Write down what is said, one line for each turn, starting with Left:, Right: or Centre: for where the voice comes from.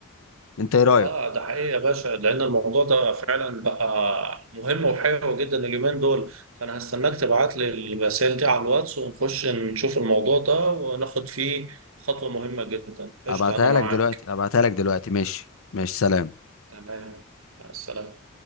Left: انت ايه رايك
Right: اه ده حقيقي يا باشا لأن الموضوع ده فعلا بقى مهم وحيوي جدا اليومين دول فأنا هستناك تبعت لي الرسائل دي على الواتس ونخش نشوف الموضوع ده وناخد فيه خطوة مهمة جدا قشطة
Left: ابعتها
Right: أنا معاك
Left: لك دلوقتي ابعتها لك دلوقتي ماشي ماشي سلام
Right: تمام مع السلامة